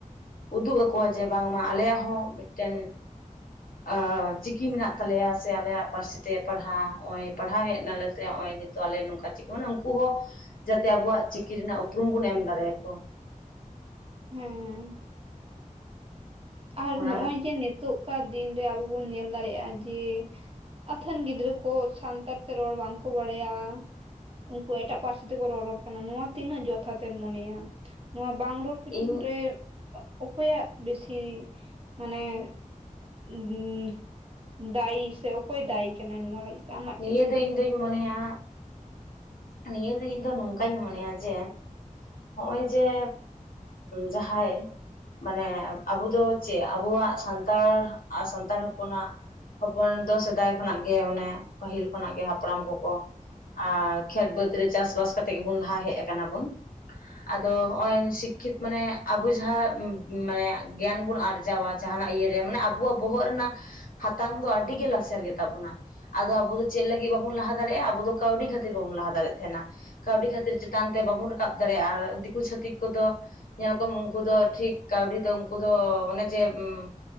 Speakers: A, on the left (about 85°); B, on the right (about 40°).
A: ᱩᱫᱩᱜ ᱟᱠᱚᱣᱟ ᱡᱮ ᱵᱟᱝ ᱢᱟ ᱟᱞᱮᱭᱟᱜ ᱦᱚᱸ ᱴᱮᱱ ᱟ ᱪᱤᱠᱤ ᱢᱮᱱᱟᱜ ᱛᱟᱞᱮᱭᱟ ᱥᱮ ᱟᱞᱮ ᱭᱟᱜ ᱯᱟᱹᱨᱥᱤ ᱛᱮ ᱯᱟᱲᱦᱟᱣ ᱱᱚᱜᱼᱚᱭ ᱯᱟᱲᱦᱟᱣ ᱦᱮᱡ ᱱᱟᱞᱮ ᱥᱮ ᱱᱚᱜ ᱚᱭ ᱱᱤ <unintelligible> ᱱᱚᱝᱠᱟ ᱪᱤᱠᱟᱹ <unintelligible> ᱩᱱᱠᱩ ᱦᱚᱸ ᱡᱟᱛᱮ ᱟᱵᱚᱣᱟᱜ ᱪᱤᱠᱤ ᱨᱮᱱᱟᱜ ᱩᱯᱨᱩᱢ ᱵᱚᱱ ᱮᱢ ᱫᱟᱲᱮᱭᱟ ᱠᱚᱣᱟ᱾
B: ᱦᱮᱸ ᱟᱨ
A: ᱚᱱᱟ
B: ᱱᱚᱜ ᱚᱭ ᱡᱮ ᱱᱤᱛᱳᱜ ᱠᱟᱨ ᱫᱤᱱ ᱨᱮ ᱟᱵᱚ ᱵᱚᱱ ᱧᱮᱞ ᱫᱟᱲᱮᱭᱟᱜᱼᱟ ᱡᱮ ᱟᱛᱷᱟᱹᱱ ᱜᱤᱫᱽᱨᱟᱹ ᱠᱚ ᱥᱟᱱ ᱛᱟᱲ ᱛᱮ ᱨᱚᱲ ᱵᱟᱝ ᱠᱚ ᱵᱟᱲᱟᱭᱟ᱾ ᱩᱱᱠᱩ ᱮᱴᱟᱜ ᱯᱟᱹᱨᱥᱤ ᱛᱮ ᱠᱚ ᱨᱚᱨᱚᱲ ᱠᱟᱱᱟ ᱱᱚᱣᱟ ᱛᱤᱱᱟᱹᱜ ᱡᱚᱛᱷᱟ ᱛᱮᱢ ᱢᱚᱱᱮᱭᱟ ᱱᱚᱣᱟ ᱵᱟᱝ <unintelligible> ᱯᱤᱪᱷᱚᱱ
A: ᱤᱧ
B: ᱨᱮ ᱚᱠᱚᱭᱟᱜ ᱵᱮᱥᱤ ᱢᱟᱱᱮ <unintelligible> ᱫᱟᱭᱤ ᱥᱮ ᱚᱠᱚᱭ ᱫᱟᱭᱤ ᱠᱟᱱᱟᱭ ᱱᱚᱣᱟ ᱞᱟᱹᱜᱤᱫ? ᱛᱮ ᱟᱢᱟᱜ
A: ᱱᱤᱭᱟᱹ
B: ᱪᱮᱫ ᱢᱚᱱᱮ
A: ᱫᱚ ᱤᱧ
B: ᱦᱩᱭᱩᱜ
A: ᱫᱩᱧ ᱢᱚᱱᱮ ᱭᱟ ᱱᱤᱭᱟᱹ ᱫᱚ ᱤᱧ ᱫᱚ ᱱᱚᱝ ᱠᱟᱧ ᱢᱚᱱᱮᱭᱟ ᱡᱮ ᱱᱚᱜᱼᱚᱭ ᱡᱮ ᱡᱟ ᱦᱟᱸᱭ ᱢᱟᱱᱮ ᱟᱵᱚ ᱫᱚ ᱪᱮᱫ ᱟᱵᱚᱣᱟᱜ ᱥᱟᱱᱛᱟᱲ ᱥᱟᱱᱛᱟᱲ ᱦᱚᱯᱚᱱᱟᱜ ᱦᱚᱯᱚᱱ ᱫᱚ ᱥᱮᱫᱟᱭ ᱠᱷᱚᱱᱟᱜ ᱜᱮ ᱢᱟᱱᱮ ᱯᱟᱹᱦᱤᱞ ᱠᱷᱚᱱᱟᱜ ᱜᱮ ᱦᱟᱯᱲᱟᱢ ᱠᱚᱠᱚ ᱟᱨ ᱠᱷᱮᱛ ᱵᱟᱹᱫᱽ ᱨᱮ ᱪᱟᱥ ᱵᱟᱥ ᱠᱟᱛᱮᱜ ᱜᱮ ᱵᱚᱱ ᱞᱟᱦᱟ ᱦᱮᱡ ᱟᱠᱟᱱᱟ ᱵᱚᱱ ᱟᱫᱚ ᱦᱚᱸᱜᱼᱚᱭ ᱥᱤᱠᱠᱷᱤᱛ ᱢᱟᱱᱮ ᱟᱵᱚ ᱡᱟᱦᱟᱸ ᱢᱟᱱᱮ ᱜᱮᱭᱟᱱ ᱵᱚᱱ ᱟᱨᱡᱟᱣᱟ ᱡᱟᱦᱟᱱᱟᱜ ᱤᱭᱟᱹ <unintelligible> ᱟᱵᱚᱣᱟᱜ ᱵᱚᱦᱚᱜ ᱨᱮᱱᱟᱜ ᱦᱟᱛᱟᱝ ᱫᱚ ᱟᱹᱰᱤ ᱜᱮ ᱞᱟᱥᱮᱨ ᱜᱮᱛᱟ ᱵᱚᱱᱟ <unintelligible> ᱟᱵᱚ ᱫᱚ ᱪᱮᱫ ᱞᱟᱹᱜᱤᱫ ᱵᱟᱵᱚᱱ ᱞᱟᱦᱟ ᱫᱟᱲᱮᱭᱟᱜᱼᱟ ᱟᱵᱚ ᱫᱚ ᱠᱟᱹᱣᱰᱤ ᱠᱷᱟᱹᱛᱤᱨ ᱵᱟᱵᱚᱱ ᱞᱟᱦᱟ ᱫᱟᱲᱮᱭᱟᱜ ᱛᱟᱦᱮᱸᱱᱟ᱾ ᱠᱟᱹᱣᱰᱤ ᱠᱷᱟᱹᱛᱤᱨ ᱪᱮᱛᱟᱱ ᱛᱮ ᱵᱟᱵᱚᱱ ᱨᱟᱠᱟᱵ ᱫᱟᱲᱮᱭᱟᱜᱼᱟ ᱟᱨ ᱫᱤᱠᱩ ᱪᱷᱟᱹᱛᱤᱠ ᱠᱚᱫᱚ ᱧᱮᱞ ᱠᱚᱢ ᱩᱱᱠᱩ ᱫᱚ ᱴᱷᱤᱠ ᱠᱟᱹᱣᱰᱤ ᱫᱚ ᱩᱱᱠᱩ ᱫᱚ ᱚᱱᱮ ᱡᱮ <unintelligible>